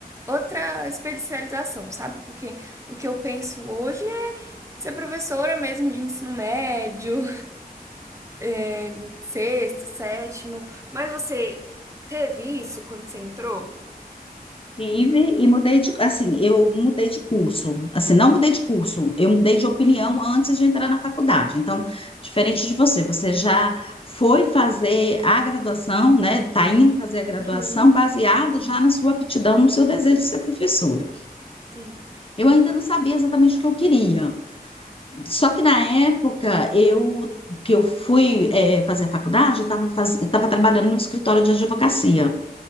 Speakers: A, on the right; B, on the left.
A: outra especialização, sabe? Porque o que eu penso hoje é ser professora mesmo de ensino médio, <laughs> é, sexto, sétimo. Mas você teve isso quando você entrou?
B: Tive e mudei de, assim, eu mudei de curso. Assim, não mudei de curso, eu mudei de opinião antes de entrar na faculdade. Então, diferente de você, você já foi fazer a graduação, né? está indo fazer a graduação
A: Uhum.
B: baseado já na sua aptidão, no seu desejo de ser professora.
A: Sim,
B: Eu ainda não sabia exatamente o que eu queria. Só que na época eu que eu fui eh, fazer a faculdade, eu estava faz... eu trabalhando no escritório de advocacia.